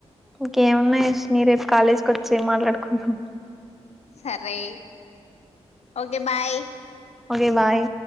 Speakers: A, in the centre; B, on the left.
A: ఇంకేమున్నాయ్ మీ రేపు కాలేజ్కి వచ్చేయ్ మాట్లాడుకుందాం
B: సరే ఓకే బాయ్
A: ఓకే బాయ్